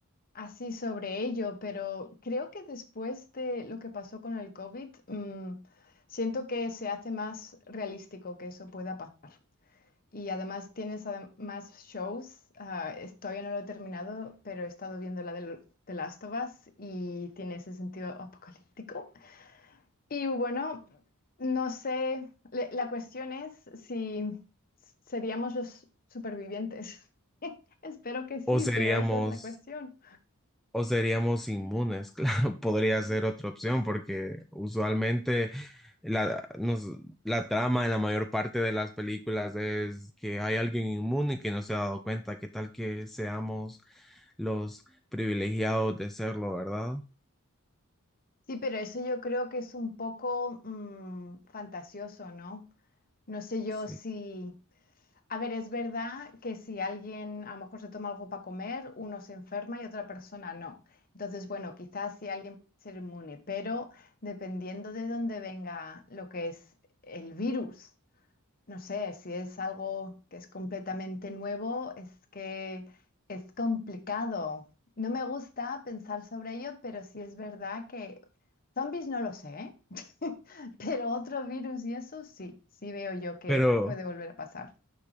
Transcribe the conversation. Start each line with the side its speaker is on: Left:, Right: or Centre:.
Left: así sobre ello, pero creo que después de lo que pasó con el COVID, mm, siento que se hace más realístico que eso pueda pasar. Y además tienes adem- más shows. ah, es- todavía no lo he terminado, pero he estado viendo la de, lo- de Last of Us y tiene ese sentido apocalíptico. Y bueno, no sé, le- la cuestión es si s- seríamos los supervivientes. <laughs> Espero que sí,
Centre: O seríamos,
Left: pero esa es la cuestión.
Centre: o seríamos inmunes, <laughs> claro, podría ser otra opción, porque usualmente la, nos, la trama en la mayor parte de las películas es que hay alguien inmune que no se ha dado cuenta. ¿Qué tal que seamos los privilegiados de serlo, verdad?
Left: Sí, pero eso yo creo que es un poco mm, fantasioso, ¿no? No sé yo
Centre: Sí.
Left: si... A ver, es verdad que si alguien a lo mejor se toma algo para comer, uno se enferma y otra persona no. Entonces, bueno, quizás si alguien puede ser inmune, pero dependiendo de dónde venga lo que es el virus. No sé, si es algo que es completamente nuevo, es que es complicado. No me gusta pensar sobre ello, pero sí es verdad que zombies no lo sé, ¿eh? <laughs> Pero otro virus y eso sí, sí veo yo que
Centre: Pero,
Left: puede volver a pasar.